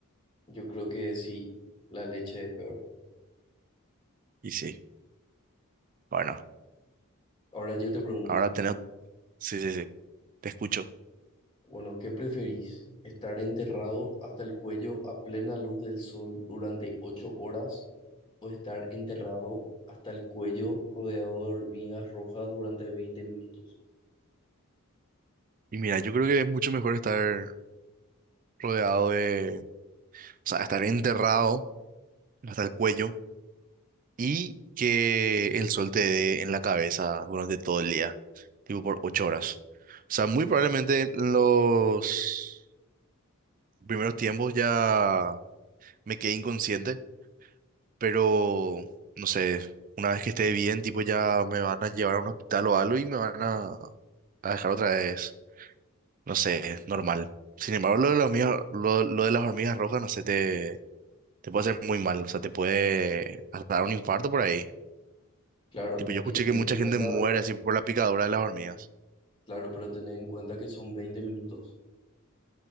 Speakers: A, on the left; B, on the right.
A: Yo creo que sí, la leche es peor.
B: Y sí, bueno,
A: Ahora yo te pregunto,
B: ahora tenemos, sí, sí, sí, te escucho.
A: bueno, ¿qué preferís? ¿Estar enterrado hasta el cuello a plena luz del sol durante ocho horas o estar enterrado hasta el cuello rodeado de hormigas rojas durante 20 minutos?
B: Y mira, yo creo que es mucho mejor estar rodeado de, o sea, estar enterrado hasta el cuello y que el sol te dé en la cabeza durante todo el día, tipo por ocho horas. O sea, muy probablemente en los primeros tiempos ya me quedé inconsciente. pero no sé, una vez que esté bien, tipo ya me van a llevar a un hospital o algo y me van a, a dejar otra vez, no sé, normal. Sin embargo, lo de las hormigas, lo, lo de las hormigas rojas, no sé, te, te puede hacer muy mal, o sea, te puede hasta dar un infarto por ahí.
A: Claro,
B: Tipo, yo escuché
A: y teniendo
B: que mucha
A: en cuenta
B: gente muere así por la picadura de las hormigas.
A: Claro, pero tened en cuenta que son veinte minutos.